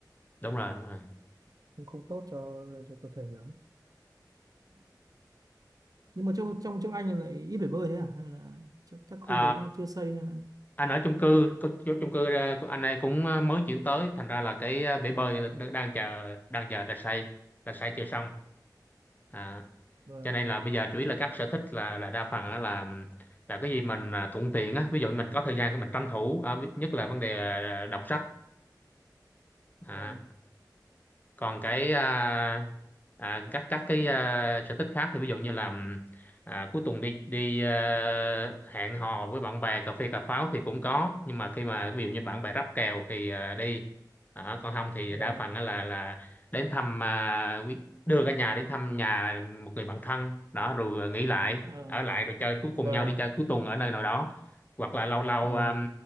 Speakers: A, on the left; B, on the right.
A: Đúng rồi, đúng rồi.
B: cũng không tốt cho cho cơ thể lắm nhưng mà trong trong chỗ anh lại ít phải bơi thế à hay là chắc, chắc khu
A: Ừ.
B: đấy nó chưa xây hay là
A: anh ở chung cư có- có- chung cư ờ, của anh ấy cũng ờ, mới chuyển tới thành ra là cái ờ, bể bơi đ- đang chờ đang chờ tài xay tài xay chưa xong à,
B: vâng
A: cho nên là bây giờ chủ yếu là các sở thích là là đa phần á là là cái gì mình à, thuận tiện á ví dụ mình có thời gian thì mình tranh thủ à, nhất là vấn đề à, đọc sách À,
B: vâng
A: còn cái
B: vâng
A: à, à, các các cái à, sở thích khác thì ví dụ như là ừm, à, cuối tuần đi đi à, hẹn hò với bạn bè cà phê cà pháo thì cũng có nhưng mà khi mà ví dụ như bạn bè ráp kèo thì à, đi Đó, còn không thì
B: vâng
A: đa phần á là là đến thăm à, quý- đưa cả nhà đến thăm nhà một người bạn thân đó rồi à, nghỉ lại
B: à,
A: ở lại rồi chơi cuối cùng
B: vâng
A: nhau đi chơi cuối tuần ở nơi nào đó hoặc là lâu lâu
B: vâng
A: à,